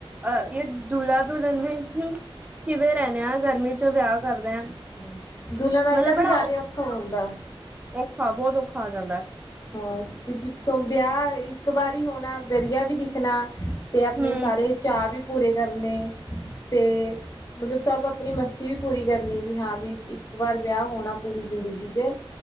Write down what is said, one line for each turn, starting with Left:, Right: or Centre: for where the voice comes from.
Right: ਅਹ ਇਹ ਦੁਹਲਾ ਦੁਹਲਨ ਵੀ ਕਿਵੇਂ ਰਹਿਣਾ ਆ, ਗਰਮੀ 'ਚ ਵਿਆਹ ਕਰਦੇ ਆ।
Left: ਹ, ਦੁਹਲਨ
Right: ਮਤਲਬ
Left: ਇਹਨਾਂ ਦਾ
Right: ਬੜਾ
Left: ਜ਼ਿਆਦਾ ਔਖਾ ਹੁੰਦਾ।
Right: ਔਖਾ, ਬਹੁਤ ਔਖਾ ਆ ਜਾਂਦਾ।
Left: ਹਾਂ, ਕਿਉਂਕਿ ਸੋ ਵਿਆਹ ਇੱਕ ਵਾਰ ਹੋਣਾ, ਵਧੀਆ ਵੀ ਦਿਖਣਾ ਤੇ ਆਪਣੇ
Right: ਹਮ
Left: ਸਾਰੇ ਚਾਅ ਵੀ ਪੂਰੇ ਕਰਨੇ, ਤੇ ਮਤਲਬ ਸਭ ਆਪਣੀ ਮਸਤੀ ਵੀ ਪੂਰੀ ਕਰਨੀ ਵੀ ਹਾਂ ਵੀ, ਇੱਕ ਵਾਰ ਵਿਆਹ ਹੋਣਾ ਪੂਰੀ ਜ਼ਿੰਦਗੀ 'ਚ।